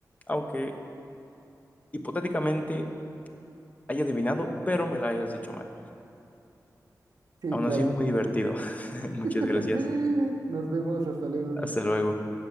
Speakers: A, on the left; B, on the right.
A: aunque hipotéticamente haya adivinado, pero me la hayas dicho mal.
B: Sí,
A: Aún
B: claramente.
A: así, muy divertido. <laughs> Muchas
B: <laughs>
A: gracias.
B: Nos vemos, hasta luego.
A: Hasta luego.